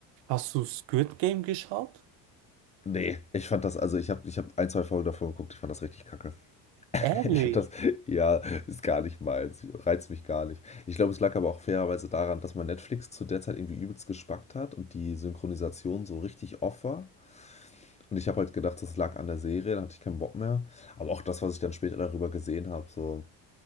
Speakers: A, on the right (about 65°); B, on the left (about 15°).
A: Hast du Squid Game geschaut?
B: Nee, ich fand das, also ich habe ich hab ein, zwei Folgen davon geguckt, ich fand das richtig kacke. <laughs>
A: Ehrlich?
B: Ich finde das, ja, ist gar nicht meins, reizt mich gar nicht. Ich glaube, es lag aber auch fairerweise daran, dass man Netflix zu der Zeit irgendwie übelst gespackt hat und die Synchronisation so richtig off war. Und ich habe halt gedacht, das lag an der Serie, da hatte ich keinen Bock mehr. Aber auch das, was ich dann später darüber gesehen habe, so,